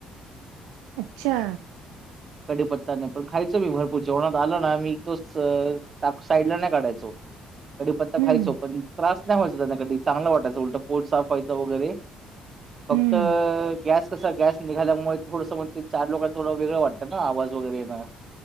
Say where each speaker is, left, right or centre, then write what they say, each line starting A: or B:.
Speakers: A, on the right (about 70°); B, on the right (about 40°).
A: अच्छा.
B: कडीपत्ता नाही पण खायचो मी भरपूर जेवणात आल ना मी तो टा साईडला नाही काढायचो. <inaudible> कडीपत्ता
A: हम्म
B: खायचो पण त्रास नाही व्हायचं त्यांना कधी चांगलं वाटायचं उलट पोट साफ व्हायचं वगैरे. फक्त
A: हम्म
B: गॅस कस गॅस निघाल्यामुळे थोडंस म ते चार लोकांना थोडं वेगळं वाटत. ना आवाज वगैरे ये ना.